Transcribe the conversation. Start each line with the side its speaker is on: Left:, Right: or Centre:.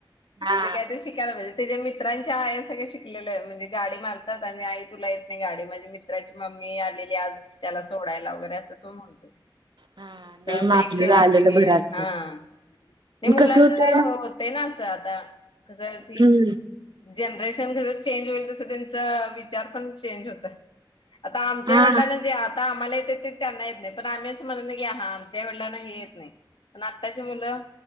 Right: हा
Left: जे काय ते शिकायला पाहिजे. त्याच्या मित्रांच्या आया सगळ्या शिकलेलं आहे म्हणजे गाडी मारतात आणि आई तुला येत नाही गाडी माझे मिव मित्राची मम्मी आलेली आज त्याला सोडायला वगैरे असं तो म्हणतोय.
Right: नाही
Left: तेव्हा
Right: मग
Left: ते
Right: आपल्याला
Left: हे एक वाटतंय
Right: आलेलं
Left: की
Right: बरं असत
Left: हा न‌ई मुलांचे
Right: कसं होतय
Left: जरा होतेय ना. सफाया. कस हाय ती
Right: हम्म
Left: जनरेशन घरी चेंज होईल तसं त्यांच विचार पण चेंज होत. आता आमच्या
Right: हा
Left: वडिलांना जे आता आम्हाला येत ते त्यांना येत नाहीेत. पण आम्ही असं म्हणत नाही की हा आमच्या वडिलांना हे येत नाही पण आत्ताची मुलं